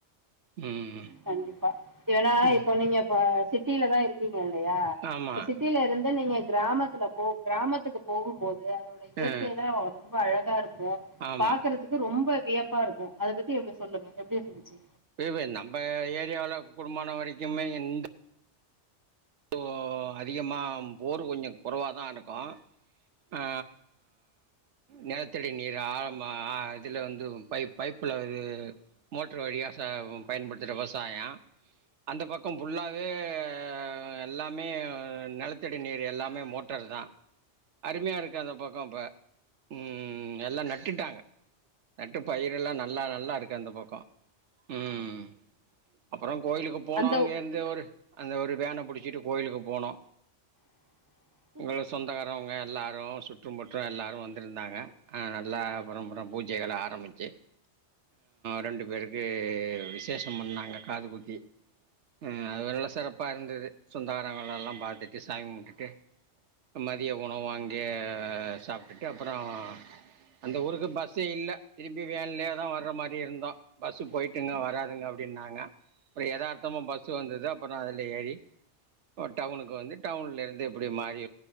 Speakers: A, on the right (about 75°); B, on the right (about 20°).
A: ம்
B: கண்டிப்பா ஏனா
A: ம்
B: இப்ப நீங்க இப்ப சிட்டில தா இருக் க்கீங்க இல்லையா
A: ஆமா
B: இப்ப சிட்டில இருந்து நீங்க கிராமத்துல போ கிராமத்துக்கு போகும்போது அதோட இயற்கை
A: ஆ
B: தா ரொம்ப அழகா இருக்கு
A: ஆமா
B: பாக்கறதுக்கு ரொம்ப வியப்பா இருக் க்கு அத பத்தி இங்க சொல்லுங்க எப்டி இருந்துச்சி
A: ஏபே நம்ம ஏரியாவுல கூடுமான வரைக்குமே இந்த ஓ அதிகமாக போர் கொஞ்சோ குறவா தா இருக்கு அ நிலத்தடி நீர் ஆழமா இதுல வந்து பைப் பைப்புல இது மோட்ரு வழியா ச பயன்படுத்துற விவசாயோ அந்த பக்கோ ஃபுல்லாவே அ எல்லாமே நெலத்தடி நீர் எல்லாமே மோட்டர் தா அருமையா இருக்கு அந்த பக்கோ இப்ப ம் எல்லா நட்டுட்டாங்க நட்டு பயிர் எல்லா நல்லா நல்லா இருக்கு அந்த பக்கோ ம் அப்பறோ கோயிலுக்கு போனா
B: அந்த
A: அங்க இருந்து ஒரு அந்த ஒரு வேன புடிச் ச்சிட்டு கோயிலுக்கு போனோ
B: <inaudible>
A: உங்களு சொந்தக்காரவங்க எல்லாரு சுற்றம்புற்றோ எல்லாரு வந்திருந்தாங்க அ நல்லா அப்ரோப்ரோ பூஜைகள ஆரம்பிச்சி ரெண்டு பேருக்கு விசேஷம் பண்ணாங்க காது குத்தி ம் அது வெர்ல்லு சிறப்பா இருந்துது சொந்தகாரவங்களலா பாத்துட்டு சாமி கும்டுட்டு மதிய உணவு அங்கயே சாப்ட்டுட்டு அப்பறோ அந்த ஊருக்கு பஸ்ஸே இல்ல திரும்பியு வேன்லயே தா வர்ற மாரி இருந்தோ பஸ்சு போய்ட்டுங்க வராதுங்க அப்டின்னாங்க அப்றோ எதார்த்தமா பஸ்சு வந்தது அப்பறோ அதுல ஏறி டவுனுக்கு வந்து டவுன்ல இருந்து எப்டி மாறி